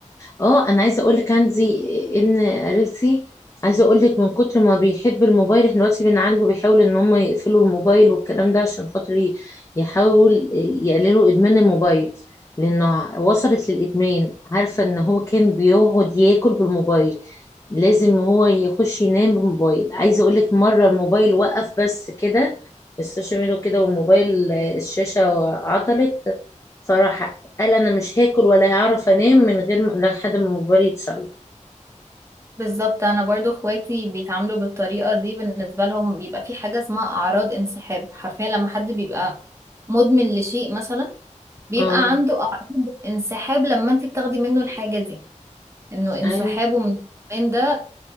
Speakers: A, on the left; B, on the right.
A: اه انا عايزه اقول لك عندي ابن قريبتي عايزه اقول لك من كتر ما بيحب الموبايل احنا دلوقتي بنعالجه بيحاول ان هم يقفلوا الموبايل والكلام ده عشان خاطر ي- يحاول يقللوا ادمان الموبايل لانه وصلت للادمان عارفه ان هو كان بيقعد ياكل بالموبايل لازم هو يخش ينام بالموبايل عايزه اقول لك مره الموبايل وقف بس كده السوشيال ميديا كده والموبايل آه، الشاشه عطلت فراح قال انا مش هاكل ولا هعرف انام من غير ما- لحد ما الموبايل يتصلح
B: بالظبط أنا برضو اخواتي بيتعاملوا بالطريقة دي بالنسبة لهم بيبقى في حاجة اسمها أعراض انسحاب حرفيا لما حد بيبقى مدمن لشيء مثلا بيبقى
A: اه
B: عنده أعراض انسحاب لما انت بتاخدي منه الحاجة دي انه انسحابه
A: ايوه
B: من الإدمان ده